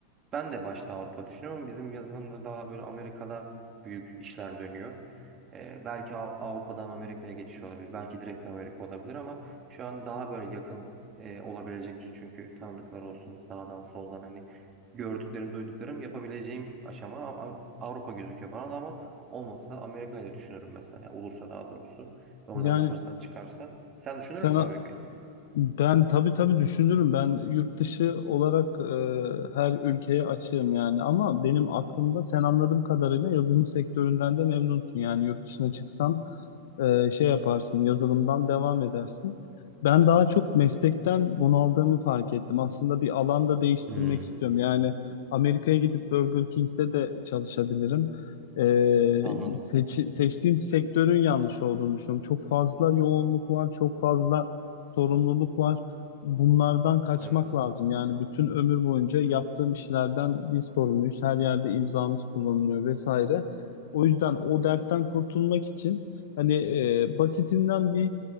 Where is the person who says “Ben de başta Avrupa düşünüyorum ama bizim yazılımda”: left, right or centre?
Right